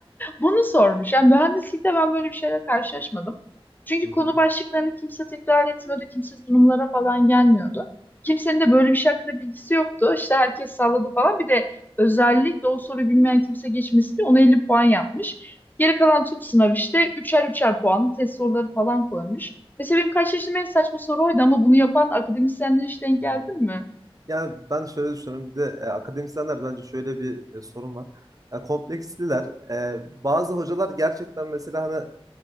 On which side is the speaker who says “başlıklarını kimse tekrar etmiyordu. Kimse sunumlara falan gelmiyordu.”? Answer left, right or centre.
Left